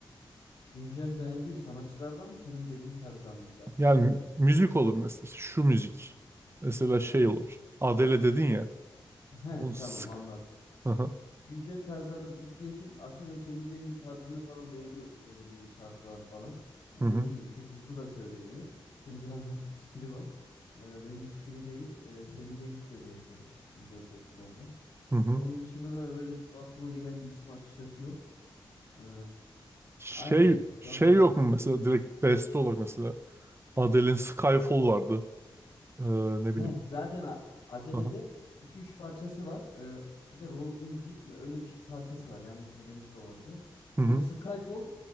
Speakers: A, on the left; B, on the right.
A: Güncel beğendim. Sanatçılardan mı senin dediğin tarzdan mı ya işlerden?
B: Yani müzik olur mesela. İşte şu müzik. Mesela şey olur. Adele dedin ya.
A: He
B: Onu sık.
A: tamam anladım.
B: Hı hı.
A: güncel tarzların Türkiye için aslında ben Semih Cengiz'in tarzını falan beğeniyorum. Söylediği şarkılar falan. Yani
B: Hı hı.
A: dediğin gibi çok hızlı da söylemiyor. Kendine has bir stili var. Ee, bence stili değil e, Semih Cengiz söyleyebilirim güncel popçulardan.
B: Hı hı.
A: Onun dışında da öyle çok aklıma gelen bir isim açıkçası yok. Ee,
B: Şey,
A: aynen şu
B: şey
A: anda düşünüyorum
B: yok mu mesela?
A: da yok.
B: Direkt beste olarak mesela. Adele'in Skyfall vardı. Ee, ne bileyim.
A: Heh, zaten A- Adele'de
B: Hı hı.
A: iki üç parçası var. Ee, bir de Roll in Deep mi öyle bir şey- parçası var. Yanlış söylemiş de olabilirim.
B: Hı hı.
A: O Skyfall